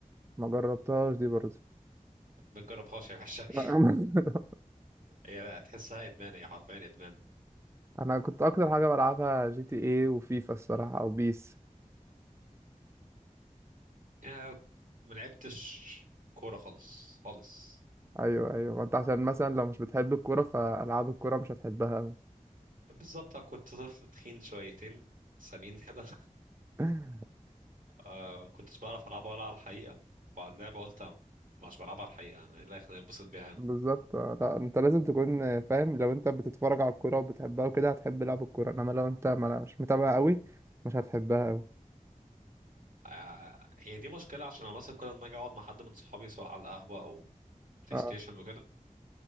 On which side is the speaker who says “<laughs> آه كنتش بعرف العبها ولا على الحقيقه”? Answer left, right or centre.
Right